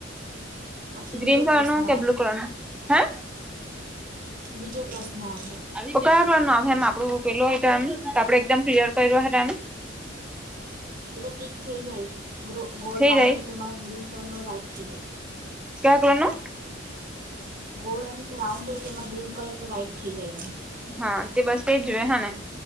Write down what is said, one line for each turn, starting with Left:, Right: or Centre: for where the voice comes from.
Right: પછી બીજો
Centre: ગ્રીન કલરનું
Right: પ્રશ્ન
Centre: કે
Right: આવે
Centre: બ્લુ કલરનું? હે?
Right: બીજો પ્રશ્ન હવે.
Centre: તો કયા કલરનો આવે એમ આપડું પેલું એમ આપડે એકદમ ક્લિયર કર્યો હે તેમ.
Right: એતો ટીક થઈ જાય. ગોળ
Centre: થઈ
Right: રાઉન
Centre: જાય
Right: હે તેમાં ગ્રીન કલરનો રાઈટ થઈ જાય.
Centre: ક્યા કલરનું?
Right: ગોળ એમ રાઉન્ડ હોય તેમાં ગ્રીન કલરનું રાઇટ થઈ જાય એમ.
Centre: હા તે બસ તેજ રહેને